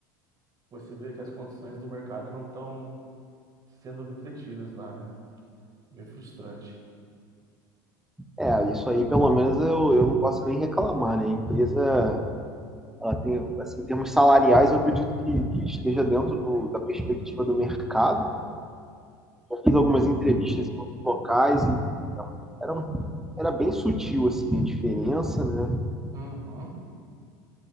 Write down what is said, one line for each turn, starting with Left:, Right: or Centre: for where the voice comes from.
Right: você vê que as condições do mercado não estão sendo refletidas lá, né? Meio frustrante.
Centre: É, isso aí pelo menos eu, eu não posso nem reclamar, né? A empresa Ela tem, assim, em termos salariais, eu acredito que, que esteja dentro do, da perspectiva do mercado. Eu fiz algumas entrevistas em outros locais e era, um- era bem sutil assim, a diferença, né?
Right: Uhum.